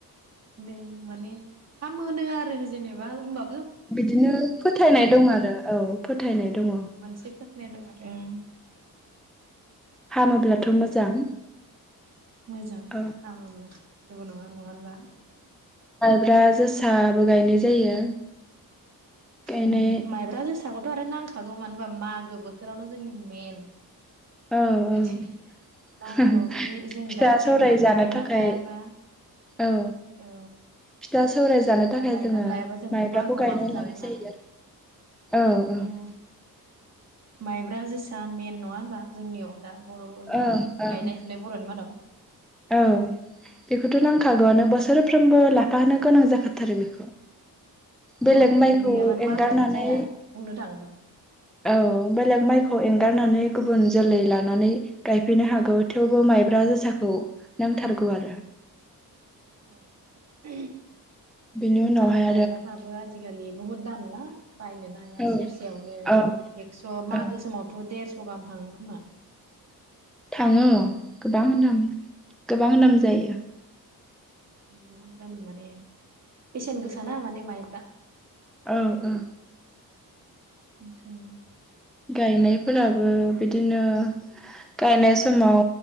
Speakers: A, on the right; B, in the centre.
A: नो माने हामोनो आरो जेनेबा होमबा
B: बिदिनो फोथायनाय दङ आरो औ फोथायनाय दङ औ
A: मोनसे फोथायनाय दं आरो ओं
B: हामोब्ला थ' मोजां।
A: मोजां
B: औ
A: हामोब्ला। जेबो नंङा नंङा होनबा?
B: ब्रा जोसाबो गायनाय जायो। गायनाय
A: उम माइब्रा जोंसाख थ' आरो नांखागौ मानो होनबा मागो बोथोरावनो जोंनि मेन
B: औ औ
A: जुदि मागोआव जुदि जों
B: फिथा
A: दा जुदि
B: सौराय जानो
A: गायनानै
B: थाखाय
A: लायाबा
B: औ
A: औ
B: फिथा सौराय जानो
A: दा
B: थाखाय
A: गायनानै
B: जोङो
A: लायाबा जोंथ'
B: माइब्राखौ
A: मागोआव
B: गायनानै
A: माखौ जागोन
B: लानाय
A: ना
B: जायो औ
A: उम
B: औ
A: माइब्रा जोसा मेन नङा होमबा जोंनियाव? दा बर' गायनाय
B: औ ओं ओं
A: फुनाय बर'नि मादाव।
B: औ बेखौथ' नांखागौआनो बोसोरफ्रोमबो लाफाहोनो गोनां जाखाथारो बेखौ।
A: औ
B: बेलेग माइखौ
A: गैयाबानो
B: एंगारनानै
A: मागोआनो जाया बुंनो थाङोबा
B: औ बेलेग माइ थ एंगारनानै गुबुन जोलै लानानै गायफैनो हागौ थेवबो माइब्रा जोसाखौ नांथारगौ आरो।
A: <inaudible>
B: बिनि उनावहाय
A: आरो माइब्राफ्राबो आजिखालि बहुद दाम ना बायनोनो हाया
B: औ
A: सेरसेयावनो
B: औ
A: एकस' मागो
B: औ
A: समोमावथ' देरस' गाहाम थाङो खोमा।
B: थाङो गोबां थाङो। गोबां दाम जायो।
A: बहुद दाम माने बेसेन गोसा ना माने माइफ्रा।
B: औ औ
A: ओंखायनो
B: गायनायफोराबो बिदिनो गायनाय समाव